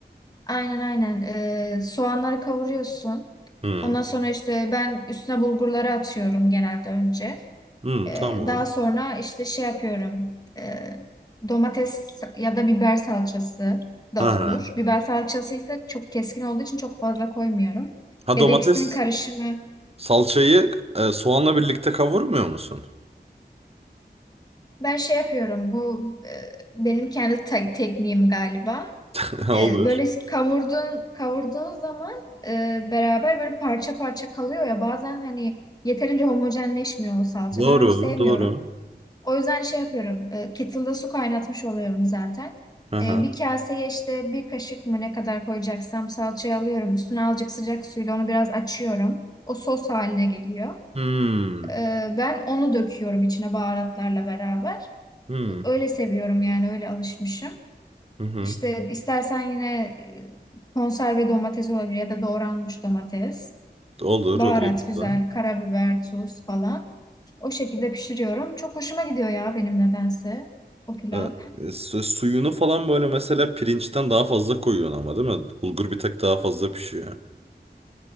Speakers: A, on the left; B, on the right.
A: Aynen aynen. Ee, soğanları kavuruyorsun.
B: Hı.
A: Ondan sonra işte ben üstüne bulgurları atıyorum genelde önce.
B: Hı,
A: Ee,
B: tamam.
A: daha sonra işte şey yapıyorum. Ee, domates ya da biber salçası da
B: Ha ha.
A: olur. Biber salçası ise çok keskin olduğu için çok fazla koymuyorum.
B: Ha
A: Ya
B: domates
A: da ikisinin karışımı.
B: salçayı e, soğanla birlikte kavurmuyor musun?
A: Ben şey yapıyorum. Bu e, benim kendi te- tekniğim galiba.
B: <laughs> Olur.
A: E, böyle kavurduğun, kavurduğun zaman e, beraber böyle parça parça kalıyor ya bazen hani yeterince homojenleşmiyor o salça.
B: Doğru,
A: Ben onu sevmiyorum.
B: doğru.
A: O yüzden şey yapıyorum. E, kettle'da su kaynatmış oluyorum zaten.
B: Aha.
A: E, bir kaseye işte bir kaşık mı ne kadar koyacaksam salçayı alıyorum. Üstüne azıcık sıcak suyla onu biraz açıyorum. O sos haline geliyor.
B: Hmm.
A: E, ben onu döküyorum içine baharatlarla beraber.
B: Hmm.
A: Öyle seviyorum yani öyle alışmışım.
B: Hı hı.
A: İşte istersen yine e, konserve domates olabilir ya da doğranmış domates.
B: Olur,
A: Baharat
B: o da
A: güzel,
B: olur.
A: karabiber, tuz falan. O şekilde pişiriyorum. Çok hoşuma gidiyor ya benim nedense o pilav.
B: Ee, su- suyunu falan böyle mesela pirinçten daha fazla koyuyorsun ama değil mi? Bulgur bir tık daha fazla pişiyor.